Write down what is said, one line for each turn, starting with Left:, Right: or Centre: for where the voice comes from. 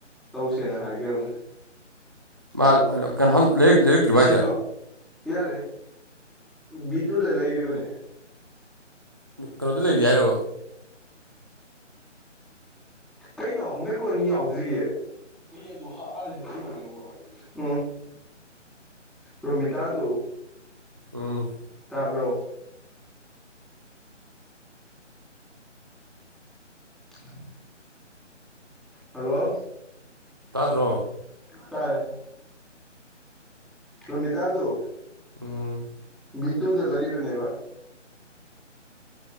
Centre: ꯇꯧꯁꯦꯅ ꯍꯥꯏꯒꯕꯅꯤ
Right: ꯃꯥ
Centre: ꯆꯥꯛꯂꯣ
Right: ꯀꯩꯅꯣ ꯂꯩꯔꯛꯇ꯭ꯔꯤꯕ
Centre: ꯏꯁꯤꯡꯂꯣ
Right: ꯍꯥꯏꯁꯦ
Centre: ꯌꯥꯔꯦ ꯕꯤ ꯇꯨꯗ ꯂꯩꯔꯤꯕꯅꯦ
Right: ꯀꯩꯅꯣꯗ ꯂꯩꯔꯤ ꯍꯥꯏꯔꯕꯣ
Centre: ꯀꯩꯅꯣ ꯃꯦꯀ꯭ꯔꯣꯅꯤ ꯌꯥꯎꯗ꯭ꯔꯤꯌꯦ ꯍꯨꯏ ꯑꯗꯨꯣ ꯍꯥꯛꯑꯅꯤꯅ ꯂꯧ ꯍꯥꯏꯕ ꯎ ꯔꯣꯃꯤꯇꯥ ꯇ
Right: ꯎꯝ
Centre: ꯇꯥꯕ꯭ꯔꯣ <inaudible> ꯍꯜꯂꯣ
Right: ꯇꯥ ꯭ꯔꯣ
Centre: ꯇꯥꯌꯦ ꯔꯣꯃꯤꯇꯥꯗꯨ
Right: ꯎꯝ
Centre: ꯕꯤ ꯇꯨꯗ ꯂꯩꯔꯤꯕꯅꯦꯕ